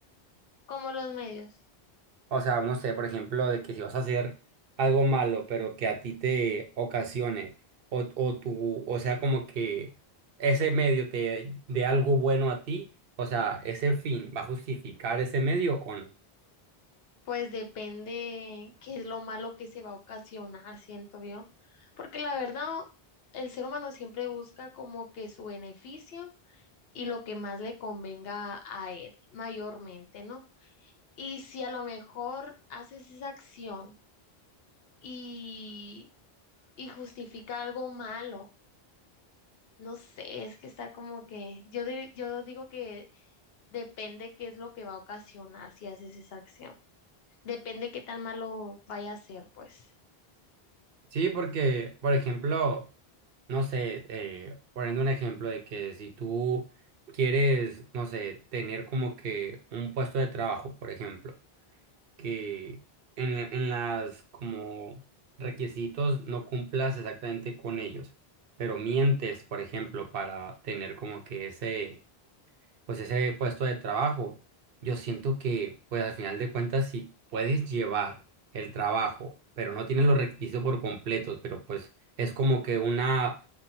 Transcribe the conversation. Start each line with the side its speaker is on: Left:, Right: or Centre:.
Left: Como los medios,
Right: O sea, no sé, por ejemplo, de que si vas a hacer algo malo, pero que a ti te ocasione, o, o tu o sea, como que ese medio te dé algo bueno a ti, o sea, ese fin va a justificar ese medio o no.
Left: pues depende qué es lo malo que se va a ocasionar, siento yo. Porque la verdad, el ser humano siempre busca como que su beneficio y lo que más le convenga a él, mayormente, ¿no? Y si a lo mejor haces esa acción y, y justifica algo malo, no sé, es que está como que, yo, dir- yo digo que depende qué es lo que va a ocasionar si haces esa acción. Depende qué tan malo vaya a ser, pues.
Right: Sí, porque, por ejemplo, no sé, eh, poniendo un ejemplo de que si tú quieres, no sé, tener como que un puesto de trabajo, por ejemplo. que en, en las como requisitos no cumplas exactamente con ellos, pero mientes, por ejemplo, para tener como que ese, pues ese puesto de trabajo, yo siento que, pues al final de cuentas, si puedes llevar el trabajo, pero no tienes los requisitos por completos, pero pues es como que una,